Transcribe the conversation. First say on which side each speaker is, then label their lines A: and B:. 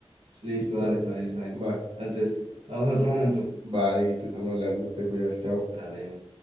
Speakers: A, on the right; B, on the right.
A: Listo,
B: Listo.
A: dale, está bien, está bien.
B: Va,
A: Dale, Entonces, vamos a otro momento.
B: va, Dieguito, estamos hablando. Te cuidas, chao.
A: Dale.